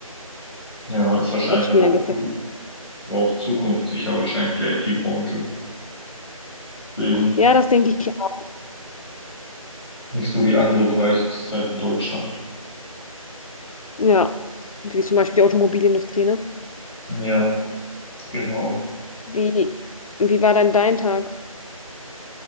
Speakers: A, in the centre; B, on the left.
A: Ja, ist wahrscheinlich
B: ob es
A: aber
B: mir dann
A: auch
B: gefällt.
A: zu, aber auch zukunftssicher wahrscheinlich die IT-Branche. Deswegen
B: Ja, das denke ich auch.
A: nicht so wie andere Bereiche zurzeit in Deutschland.
B: Ja, wie zum Beispiel die Automobilindustrie, ne?
A: Ja, genau.
B: Wie, wie war denn dein Tag?